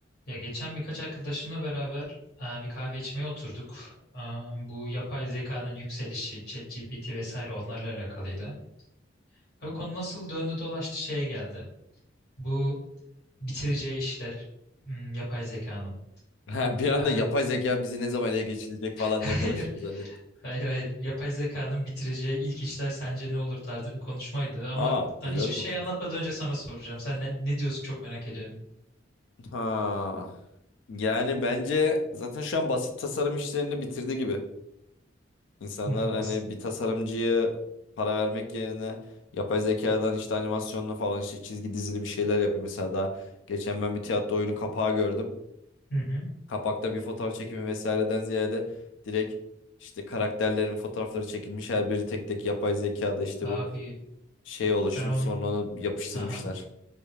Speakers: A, on the left; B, on the left.
A: Ya geçen birkaç arkadaşımla beraber e, bir kahve içmeye oturduk. E, Bu yapay zekanın yükselişi, ChatGPT vesaire onlarla alakalıydı. Abi konu nasıl döndü dolaştı şeye geldi. Bu bitireceği işler hmm, yapay zekanın.
B: Ha, bir anda
A: E,
B: yapay
A: <laughs>
B: zeka bizi ne zaman ele geçirecek falan
A: Hayır,
B: diye konuştuğunu zannettim.
A: hayır, hayır. Yapay zekanın bitireceği ilk işler sence ne olur tarzı bir konuşmaydı. Ama
B: Aa,
A: hani
B: güzel
A: hiçbir
B: bir konuşmuş.
A: şey anlatmadan önce sana soracağım. Sen ne, ne diyorsun çok merak ediyorum.
B: Ha. Yani bence zaten şu an basit tasarım işlerini bitirdi gibi. İnsanlar
A: Hmm,
B: hani
A: bas.
B: bir tasarımcıya para vermek yerine yapay zekadan işte animasyonlu falan işte çizgi dizili bir şeyler yapıyor. Mesela daha geçen ben bir tiyatro oyunu kapağı gördüm.
A: Hı hı.
B: Kapakta bir fotoğraf çekimi vesaireden ziyade direkt işte karakterlerin fotoğrafları çekilmiş. Her biri tek tek yapay zekada işte
A: Abi
B: bu şey oluşturup
A: ben onun...
B: sonra onu yapıştırmışlar.
A: Aha.